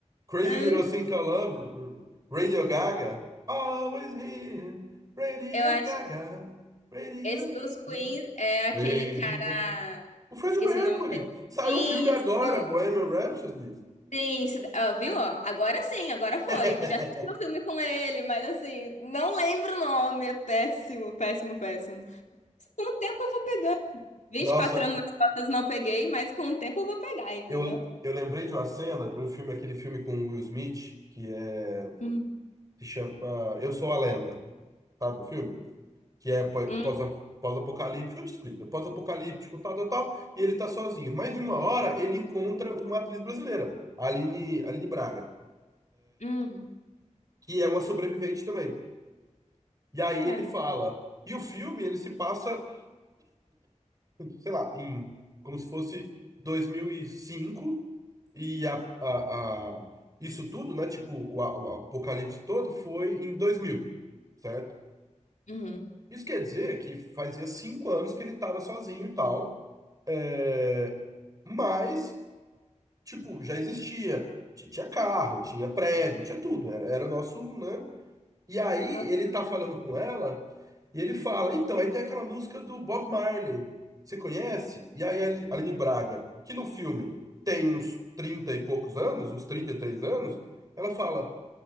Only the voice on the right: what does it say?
Crazy
Little Thing Called Love. Radio Gaga. Always here. Radio
Gaga.
Radio
Gaga.
Radio.
O Fred
Mercury.
Saiu
o filme agora, Bohemian Rhapsody.
<laughs>
Nossa,
Eu, eu lembrei de uma cena, de um filme, aquele filme com o Will Smith, que é,
se chama Eu Sou a Lenda, sabe o filme? Que é pós-
pós- pós-apocalíptico, eu te explico, é pós-apocalíptico, tal, tal, tal, e ele tá sozinho. Mas de uma hora ele encontra uma atriz brasileira, a Aline, Aline Braga,
que é uma sobrevivente também. E aí
ele fala, e o filme ele se passa, sei lá, em como se fosse 2005, E a, a, a- isso tudo, né? Tipo, o, a- o apocalipse todo foi em 2000, certo?
Isso quer dizer que fazia cinco anos que ele estava sozinho e tal. é, mas, tipo, já existia. Ti- Tinha carro, tinha prédio, tinha tudo. Era, era o nosso, né? E aí
ele tá falando com ela e ele fala, então, aí tem aquela música do Bob Marley. Você conhece? E aí a Al- Aline Braga, que no filme tem uns 30 e poucos anos, uns 33 anos, ela fala,